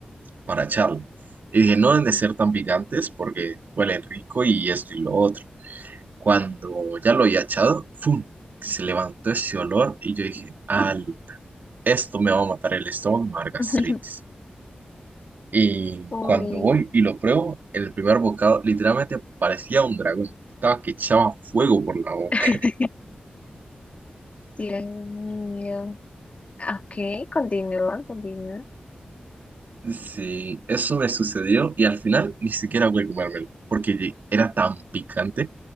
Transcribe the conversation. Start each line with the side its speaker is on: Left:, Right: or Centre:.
Right: para echarle. Y dije, no deben de ser tan picantes porque huelen rico y esto y lo otro. Cuando ya lo había echado, ¡fum! Se levantó ese olor y yo dije, al esto me va a matar el estómago, me va a dar gastritis.
Left: <laughs>
Right: Y
Left: Uy,
Right: cuando voy y lo pruebo, el primer bocado literalmente parecía un dragón. Estaba que echaba fuego por la boca.
Left: <laughs> tiran miedo. Ok, continúa, continúa.
Right: Sí, eso me sucedió y al final ni siquiera voy a comérmelo, porque lle- era tan picante